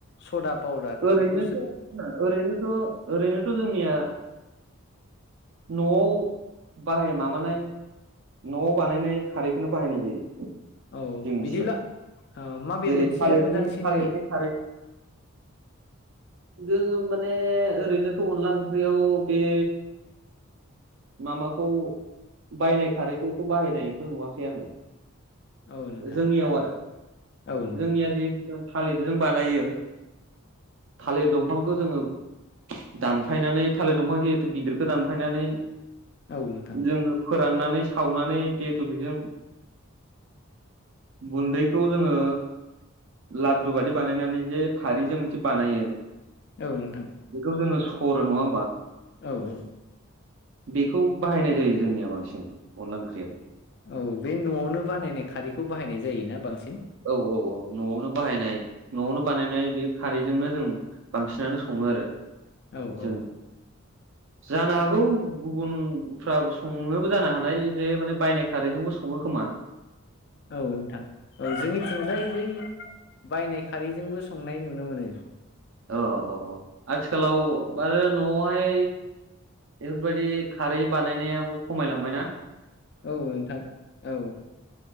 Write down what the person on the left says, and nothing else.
सदा पावदार
बेखौ
औ
बिदिब्ला
औ माबे
मोनसेया
मोजांसिन
जायो
औ नोंथां
औ नोंथां
औ नोंथां
औ नोंथां
औ औ
औ बे न'आवनो बानायनाय खारैखौ बाहायनाय जायोना बांसिन
औ
औ
औ नोंथां औ जोंनि थिंजाय बै बायनाय खारैजोंबो संनाय नुनो मोनो
औ नोंथां औ